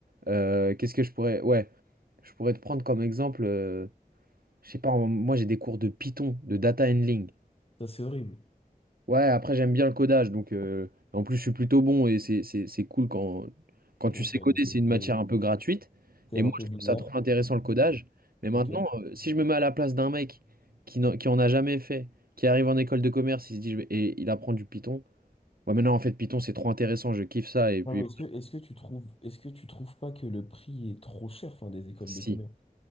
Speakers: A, on the right; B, on the left.
A: Euh, qu'est-ce que je pourrais... Ouais, je pourrais te prendre comme exemple... euh, Je sais pas, en- moi, j'ai des cours de Python, de data handling.
B: Ça, c'est horrible.
A: Ouais, après j'aime bien le codage, donc euh, en plus je suis plutôt bon et c'est c'est- c'est cool quand, quand
B: Ok,
A: tu sais coder,
B: donc
A: c'est une matière
B: t'es
A: un peu gratuite.
B: t'es
A: Et
B: un
A: moi
B: peu
A: je
B: bizarre.
A: trouve ça trop intéressant le codage. Mais maintenant,
B: Ok.
A: euh, si je me mets à la place d'un mec qui, n'en- qui en a jamais fait, qui arrive en école de commerce, il se dit je vais- et il apprend du Python. Ouais, mais non, en fait Python c'est trop intéressant, je kiffe ça. Et puis
B: Non, mais est-ce que, est-ce que tu trouves, est-ce que tu trouves pas que le prix est trop cher, enfin, des écoles
A: si,
B: de commerce?